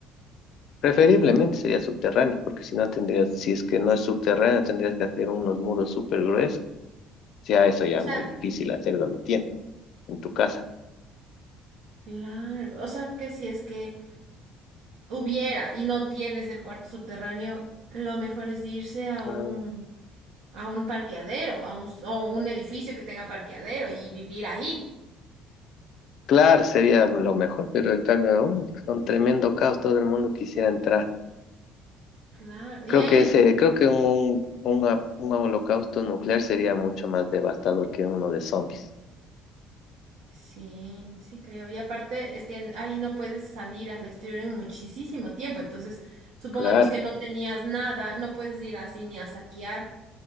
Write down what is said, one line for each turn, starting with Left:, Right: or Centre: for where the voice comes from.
Left: Preferiblemente sería subterráneo, porque si no tendrías, si es que no es subterráneo, tendrías que hacer unos muros súper gruesos. Ya eso ya
Right: O
Left: es
Right: sea,
Left: muy difícil hacer donde tiene. en tu casa.
Right: claro. O sea, que si es que hubiera y no tienes el cuarto subterráneo, lo mejor es irse a un,
Left: Ah,
Right: a un parqueadero, a un, s- o un edificio que tenga parqueadero y vivir ahí.
Left: Claro, sería lo mejor, pero en cambio, uh, son tremendo caos, todo el mundo quisiera entrar.
Right: Claro,
Left: Creo
Right: y ahí
Left: que
Right: es,
Left: ese, creo que un, un, ap- un holocausto nuclear sería mucho más devastador que uno de zombies.
Right: sí, sí creo. Y aparte es que en- ahí no puedes salir al exterior en muchísimo tiempo. Entonces, supongamos
Left: Claro,
Right: que no tenías nada, no puedes ir así ni a saquear.